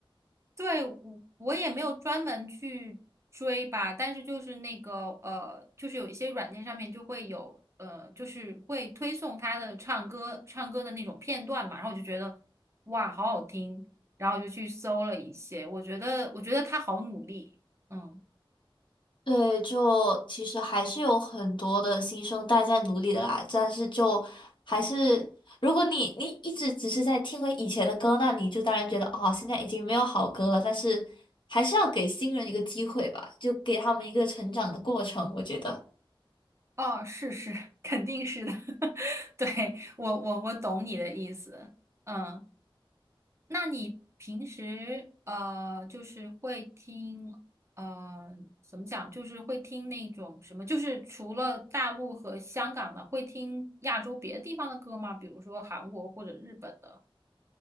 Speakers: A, on the right (about 30°); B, on the left (about 60°).
A: 对，我我也没有专门去追吧，但是就是那个呃，就是有一些软件上面就会有呃，就是会推送他的唱歌唱歌的那种片段嘛，然后我就觉得哇，好好听，然后我就去搜了一些，我觉得我觉得他好努力，嗯，
B: 对，就其实还是有很多的新生代在努力的啦，但是就还是，如果你你一直只是在听回以前的歌，那你就当然觉得哦，现在已经没有好歌了。但是还是要给新人一个机会吧，就给他们一个成长的过程，我觉得。
A: 哦，是是，<laughs> 肯定是的，<laughs> 对，我我我懂你的意思，嗯。那你平时呃，就是会听呃，怎么讲，就是会听那种什么，就是除了大陆和香港的，会听亚洲别的地方的歌吗？比如说韩国或者日本的